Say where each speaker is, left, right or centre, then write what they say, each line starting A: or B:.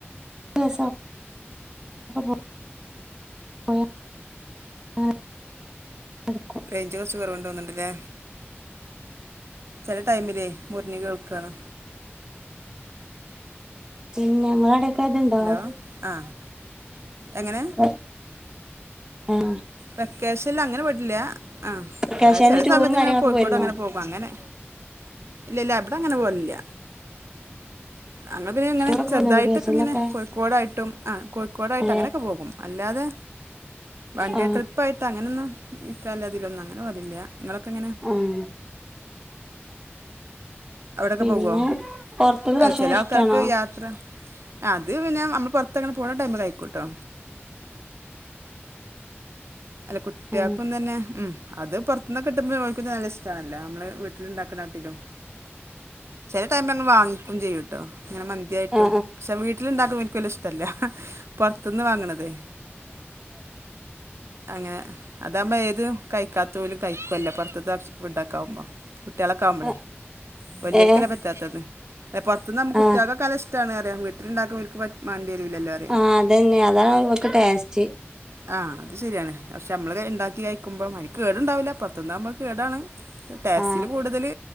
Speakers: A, on the right; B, on the right.
A: ദിവസം <unintelligible> പോയാ <inaudible>
B: റേഞ്ച് കൊറച്ച് കൊറവോണ്ട് തോന്ന്ണ്ടില്ലേ ചെല ടൈമിലേ മുറിഞ്ഞു കേൾക്കാണ്
A: പിന്നെ ഞങ്ങളവടെ ക്കെതുണ്ടാവും
B: ഹലോ ആ എങ്ങനെ
A: <inaudible> ആഹ്
B: വെക്കേഷനില് അങ്ങനെ പോയിട്ടില്ല ആഹ്
A: കേശവനിൽ
B: അത് ചെല
A: ടൂറും
B: സമയത്തിങ്ങനെ
A: കാര്യങ്ങളൊക്കെ
B: കോഴിക്കോട്
A: പോയിരുന്നോ
B: അങ്ങനെ പോ കും അങ്ങനെ ഇല്ല ഇല്ല ഇവടെ അങ്ങനെ പോവലില്ല അങ്ങള് പിന്നെ അങ്ങനെ
A: ടൂറൊക്കെ
B: ചെറുതായിട്ടൊക്കെ
A: പോയിരുന്നോ കേശവനിലൊക്കെ
B: ഇങ്ങനെ കോഴിക്കോടായിട്ടും ആഹ് കോഴിക്കോടായിട്ടും
A: ആ
B: അങ്ങനെക്കെ പോകും അല്ലാതെ വൺഡേ
A: ആ
B: ട്രിപ്പായിട്ട് അങ്ങനൊന്നും നിക്കാല അതിലൊന്നും അങ്ങനെ പതിവില്ല നിങ്ങളൊക്കെ എങ്ങനാ?
A: ആഹ്
B: അവടൊക്കെ
A: പിന്നെ
B: പോവോ
A: പുറത്തത്തെ
B: അല്ല
A: ഭക്ഷണം
B: ചെല
A: ഇഷ്ടാണോ
B: ആൾക്കാർക്ക് യാത്ര അത് പിന്നെ നമ്മള് പൊറത്തങ്ങനെ പോണ ടൈമിലായിക്കൂട്ടോ അല്ല കുട്ടിയപ്പം
A: ആ
B: തന്നെ ഉം അത് പൊറത്തുന്ന്ക്കിട്ടുമ്പോ <unintelligible> നല്ല ഇഷ്ടണല്ലോ നമ്മള് വീട്ടിലിണ്ടാക്കണട്ടിലും ചെല ടൈം <unintelligible> വാങ്ങിക്കും ചെയ്യൂട്ടോ ങ്ങനെ മന്തിയായിട്ടും
A: ആ
B: ഷേ വീട്ടിലുണ്ടാക്കും എനിക്ക് വല്യ ഇഷ് ട്ടല്ല പൊറത്തുന്ന് വാങ്ങണതേ അങ്ങനെ അതാമ്പോ ഏത് കഴിക്കാത്ത ഓലും കഴിക്കുവല്ലോ പൊറത്തത്തെ ഫുഡൊക്കെ ആവുമ്പം കുട്ടികളൊക്കെ ആവുമ്പളേ
A: ആ
B: വല്യോർക്കല്ലേ
A: ഏ
B: പറ്റാത്തത് പൊറത്തുന്ന് ആമ്പേ
A: ആ
B: കുട്ട്യാൾക്കെക്കെ നല്ല ഇഷ്ടണ്റയാ വീട്ടിലണ്ടാക്കുമ്പോ ഓല്ക്ക് മാണ്ടി വരുലല്ലോ അറയാ
A: ആ അതന്നെ അതാണ് ഇവർക്ക് ടേസ്റ്റ്
B: ആഹ് അത് ശെരിയാണ് പഷേ ഞമ്മള് ഇണ്ടാക്കി കയിക്കുമ്പോ അയിന് കേടുണ്ടാവില്ല പൊറത്തുന്നാവുമ്പോ കേടാണ് ട്ടേസ്റ്റില്
A: ആ
B: കൂടുതല്